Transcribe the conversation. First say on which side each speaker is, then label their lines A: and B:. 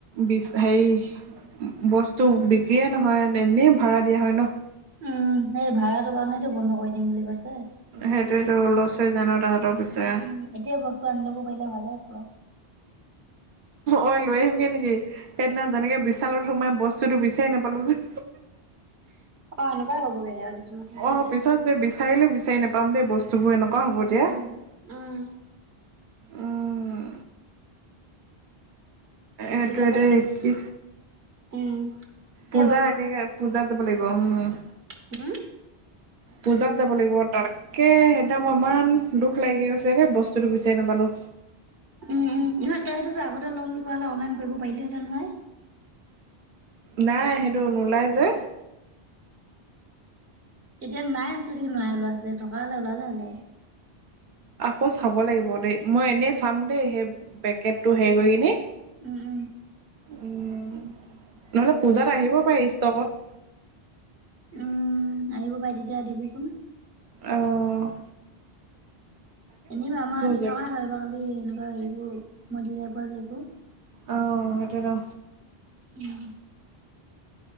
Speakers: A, on the right; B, on the right.
A: বিশ হেৰি বস্তু বিক্ৰীয়ে নহয় এনেই ভাড়া দিয়া হয় ন।
B: উম সেই ভাড়াটো কাৰণেইটো বন্ধ কৰি দিম বুলি কৈছে।
A: সেইটোৱেইটো লছ হৈ যায় ন তাহঁতৰ পইচা।
B: উম, এতিয়া বস্তু আনি লব পাৰিলে ভালে আছিলে।
A: ঐ লৈ আহিমগে নেকি সেইদিনা যেনেকে বিশালত সোমাই বস্তুটো বিচাৰি নাপালো যে
B: অ', এনেকুৱা হবগে আৰু দুদিনমানলে
A: অ',
B: যায়।
A: পিছত যে বিচাৰিলো বিচাৰি নোপাম দেই বস্তুবোৰ এনেকুৱা হ'ব
B: উম,
A: দিয়া।
B: উম।
A: উম এইটো
B: বিশালত
A: দে কি
B: উম, এতিয়া
A: পূজাৰ
B: লৈ
A: আগে, আগে পূজাত পাতিব লাগিব উম।
B: হুম।
A: পূজাত যাব লাগিব তাৰ একে সেইদিনা মই ইমান দুখ লাগি গৈছিলে দে বস্তুটো বিচাৰি নাপালো।
B: উম, উম নহয় তই সেইটো যে আগতে লম বুলি কোৱা হ'লে অনলাইন কৰিব পাৰিলি হেতেন হয়।
A: নাই সেইটো নোলাই যে।
B: তেতিয়া নাই আজিকালি নাই ওলোৱা আছিলে থকা হ'লে ওলালে হয়।
A: আকৌ চাব লাগিব দেই মই এনেই চাম দেই সেই পেকেটো হেৰি কৰি কিনে
B: উম, উম।
A: উম, নহ'লে পূজাত
B: চাবিচোন।
A: আহিব পাৰে ষ্টকত।
B: উম, আহিব পাই তেতিয়া দিবিচোন।
A: অ'।
B: এনেইবা আমাৰ দি
A: য'ত
B: থকাই হয় বাকি এনেকুৱা হেবোৰ মইদ প য একো।
A: অ', সেইটো।
B: উম।